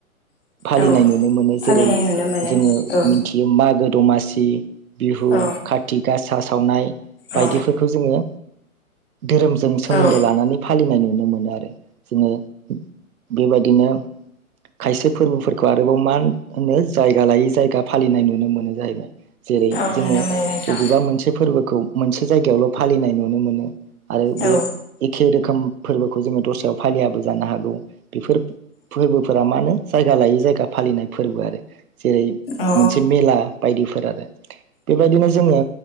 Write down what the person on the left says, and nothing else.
औ
फालिनाय
नुनो मोनो
औ
औ
औ
औ
औ
नुनो मोनो नोंथां
औ
औ